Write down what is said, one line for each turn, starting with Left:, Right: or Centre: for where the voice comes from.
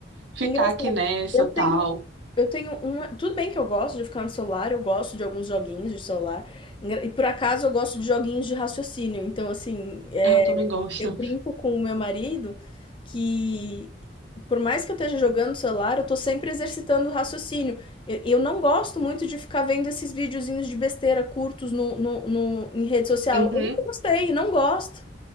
Right: ficar
Left: engraçado.
Right: aqui nessa,
Left: Eu
Right: tal.
Left: tenho Eu tenho uma tudo bem que eu gosto de ficar no celular, eu gosto de alguns joguinhos de celular, engra e por acaso eu gosto de joguinhos de raciocínio, então assim, eh,
Right: Ah, eu também gosto.
Left: eu brinco com o meu marido que por mais que eu esteja jogando no celular, eu tô sempre exercitando o raciocínio. E eu não gosto muito de ficar vendo esses videozinhos de besteira curtos no no no em rede social.
Right: Uhum,
Left: Eu nunca gostei, não gosto.